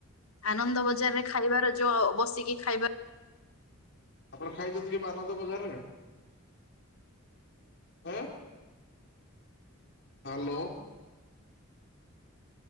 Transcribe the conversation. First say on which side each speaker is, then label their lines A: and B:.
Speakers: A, on the left; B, on the left.
A: ଆନନ୍ଦ ବଜାରରେ ଖାଇବାର ଯୋଉ ବସିକି ଖାଇବା
B: ଆପଣ ଖାଇଛନ୍ତି କି ଆନନ୍ଦ ବଜାରରେ? ଅ hello.